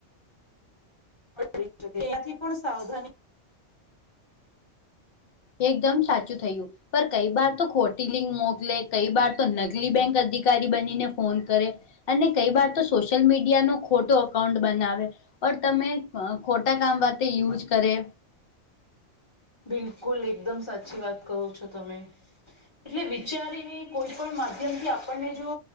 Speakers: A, on the left (about 25°); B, on the left (about 55°).
A: <unintelligible> ત્યાંથી પણ સાવધાની
B: એકદમ સાચું થયું પર કઈ બાર તો ખોટી લિંક મોકલે કઈ બાર તો નકલી બેંક અધિકારી બનીને ફોન કરે અને કઈ બાર તો સોશિયલ મીડિયાનો ખોટો એકાઉન્ટ બનાવે ઓર તમે અ ખોટા કામ માટે યુઝ કરે
A: બિલકુલ એકદમ સાચી વાત કહો છો તમે એટલે વિચારીને કોઈ પણ માધ્યમથી આપણને જો